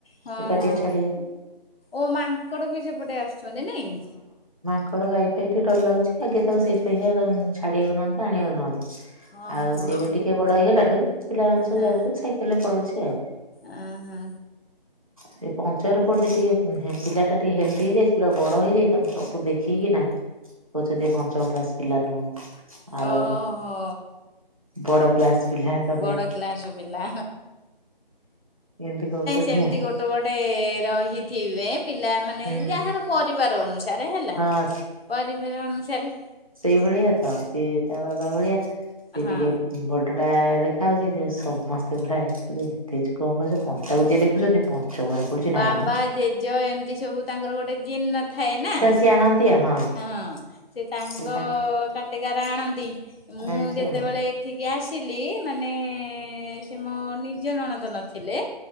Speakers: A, on the left (about 75°); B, on the right (about 35°).
A: ହଁ
B: ଏକାଟିଆ
A: ହଁ
B: ଛାଡ଼ି।
A: ଓ ମାଙ୍କଡ଼ ବି ସେପଟେ ଆସିଛନ୍ତି ନାଇଁ?
B: ମାଙ୍କଡ଼ ଗାଇ ଫାଇ ଟିକେ ଡର ଲାଗୁଛି ଆଗେ ତାକୁ ସେଇଥିପାଇ ତାକୁ ଛଡ଼ିବାକୁୁଯାଆନ୍ତି ଆଣିବାକୁଯାଆନ୍ତି।
A: ଓହୋ
B: ଆଉ ସିଏ ଏବେ ଟିକେ ବଡ଼ ହେଇଗଲାଠୁ ପିଲାମାନେ ସବୁ
A: ହଁ।
B: ଯାଉଛନ୍ତି ସାଇକେଲରେ ପଳଉଛି ଆଉ।
A: ଓହୋ
B: ସେ ପଞ୍ଚର ପଢ଼ୁଛି ଟିକେ ପିଲାଟା ଟିକେ ହେଲଦି ହେଇଯାଇଛି ପୁରା ବଡ଼ ହେଇଯାଇଛି ତାକୁ ସବୁ ଦେଖିକିନା। କହୁଛନ୍ତି ପଞ୍ଚମ କ୍ଳାସ ପିଲା ନୁହଁ ଆର
A: ଓହୋ
B: ବଡ଼ କ୍ଲାସ ପିଲା। ତମେ
A: ବଡ଼ କ୍ଲାସ୍ ର ପିଲା
B: ଏମିତି କହୁଛନ୍ତି
A: ସେମିତି
B: ଆଉ
A: ଗୋଟେ ଗୋଟେ ରହିଥିବେ ପିଲାମାନେ
B: ହୁଁ
A: ଯାହାର ପରିବାର ଅନୁସାରେ ହେଲା
B: ହଁ
A: ପରିବାର ଅନୁସାରେ
B: ସେଇ ଭଳିଆ ତ ସିଏ ତା ବାବା ଭଳିଆ ସେ
A: ହଁ।
B: ଟିକେ ବଡଟା ଦେଖା ଯାଉଛି ସେ ସମସ୍ତେ ପୁରା ଏତେଛି କ କର ପଣ୍ଟାକୁ ଯିଏ ଦେଖୁଛନ୍ତି <inaudible> ପଡୁଛି
A: ବାବା
B: ନାଇଁ ମ
A: ଜେଜ ଏମିତି ସବୁ ତାଙ୍କର ଗୋଟେ ଜିିନ ଥାଏ ନା।
B: ସ୍ୟାଣା ଆ ହଁ <inaudible>
A: ହଁ ସେ ତାଙ୍କ
B: ସେ
A: କାଟକାର ଆଣନ୍ତି ମୁଁ
B: ଆଣିଛି
A: ଯେତେବେଳେ
B: ଆଉ
A: ଆସିଲି ମାନେ ସେ ମୋ ନିଜ ନଣନ୍ଦ ନଥିଲେ।